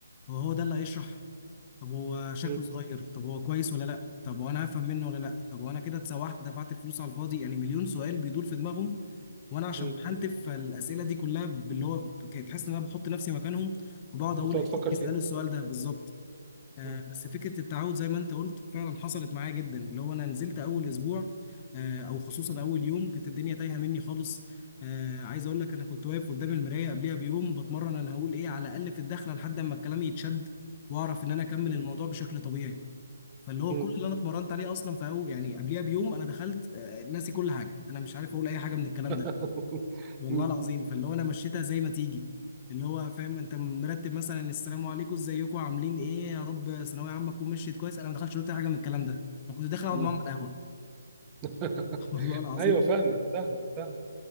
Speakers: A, on the left (about 30°); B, on the right (about 20°).
A: هو هو ده اللي هيشرح طب هو شكله
B: مم.
A: صغير طب هو كويس ولا لا طب وانا هفهم منه ولا لا طب وانا كده اتسوحت دفعت الفلوس على الفاضي يعني مليون سؤال بيدور في دماغهم وانا عشان
B: مم.
A: بحنتف فالاسئله دي كلها باللي هو ب- كنت تحس ان انا بحط نفسي مكانهم وبقعد اقول
B: انت هتفكر
A: اكيد بيسالوا
B: فيه
A: السؤال ده بالظبط آه،
B: مم.
A: بس فكرة التعود زي ما انت قلت فعلا حصلت معايا جدا اللي هو انا نزلت اول اسبوع آه، او خصوصا اول يوم كانت الدنيا تايهة مني خالص آه، عايز اقول لك انا كنت واقف قدام المراية قبلها بيوم بتمرن انا هقول ايه على الاقل في الدخلة لحد اما الكلام يتشد واعرف ان انا اكمل
B: مم.
A: الموضوع بشكل طبيعي فاللي هو
B: مم.
A: كل اللي انا اتمرنت عليه اصلا في أول يعني قبلها بيوم انا دخلت آه، ناسي كل حاجة انا مش عارف اقول اي حاجة من الكلام
B: <laughs>
A: ده والله
B: مم.
A: العظيم فاللي هو انا مشيتها زي ما تيجي اللي هو فاهم انت مرتب مثلا السلام عليكم ازيكم عاملين ايه يا رب ثانويه عامه تكون مشيت كويس انا ما دخلتش قلت حاجه من الكلام ده انا كنت داخل اقعد
B: مم.
A: معاهم على القهوه
B: <laughs>
A: <laughs> والله العظيم
B: ايوه فاهمك فاهم فاهم